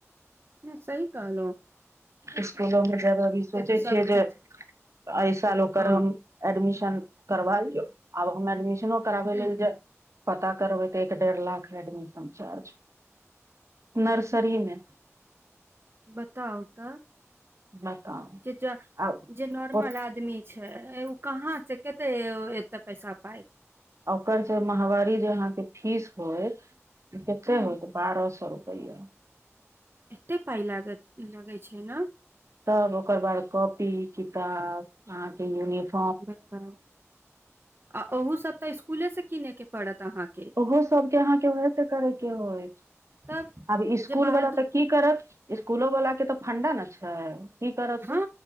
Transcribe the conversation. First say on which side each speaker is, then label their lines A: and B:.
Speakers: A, on the right; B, on the right.
A: हु सही कहलहु
B: इसकुले मे ज अभी सोचै
A: तऽ सभ
B: छियै जे
A: चीज
B: अइ साल ओकर
A: हँ
B: हम एडमिशन करबायें आब हम एडमिशनो कराबै
A: ह
B: लेल जा पता करबै त एक डेढ़ लाख हय एडमिशन चार्ज नर्सरी मे
A: बताउ तऽ
B: बताउ
A: जे
B: आ
A: ज नॉर्मल आदमी अच्छा ओ कहाँ से कते एते पैसा पाय
B: आ ओकर जे महवारी जे अहाँ के फीस होयत से कते
A: हुं
B: होयत बारह सए रुपया <inaudible>
A: एते पाइ लागत लगै छै ने
B: तब ओकर बाद कॉपी किताब अहाँकेँ यूनिफोर
A: बताऊ आ ओहु सभ तऽ स्कुले से किनै के पड़त अहाँकेँ
B: ओहो सभके अहाँकेँ वएहे से करे के होय
A: तब
B: आब स्कूल
A: जे बाहर
B: वाला
A: दू
B: तऽ कि कि करत इसकुलो वाला के तऽ फंडा ने छै की करत
A: हँ
B: तू